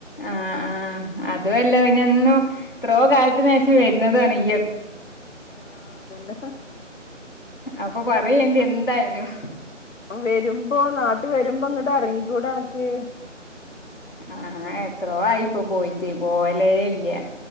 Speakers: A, on the left (about 45°); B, on the left (about 75°).
A: ആഹ് ആഹ് അതുമല്ല ഇനിയെന്നു എത്രയോ കാലത്തിന് ശേഷം വരുന്നതാണ് ഈ
B: ആഹ് ആഹ് അതന്നെ
A: അപ്പൊ പറയേണ്ടി
B: ആ
A: എന്തായാലും
B: വരുമ്പോ നാട്ടി വരുമ്പോ ഇങ്ങ ഇങ്ങോട്ട് ഇറങ്ങിക്കൂടേ നിനക്ക്
A: ആഹ് എത്രോ ആയിപ്പൊ പോയിട്ട് പോവലേ ഇല്ല